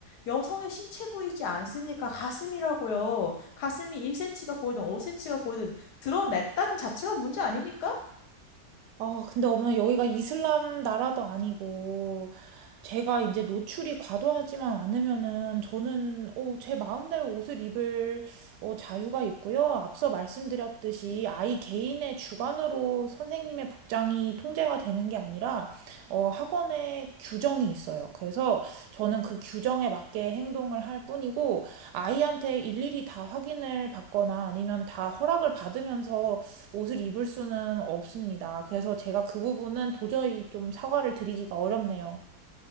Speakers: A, on the left (about 75°); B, on the right (about 85°).
A: 여성의 신체 부위지 않습니까? 가슴이라고요. 가슴이 1cm가 보이든 5cm가 보이든 드러냈다는 자체가 문제 아닙니까?
B: 아, 근데 어머니 여기가 이슬람 나라도 아니고 제가 이제 노출이 과도하지만 않으면은 저는 어, 제 마음대로 옷을 입을 어, 자유가 있고요. 앞서 말씀드렸듯이 아이 개인의 주관으로 선생님의 복장이 통제가 되는 게 아니라 어, 학원에 규정이 있어요. 그래서 저는 그 규정에 맞게 행동을 할 뿐이고 아이한테 일일이 다 확인을 받거나 아니면 다 허락을 받으면서 옷을 입을 수는 없습니다. 그래서 제가 그 부분은 도저히 좀 사과를 드리기가 어렵네요.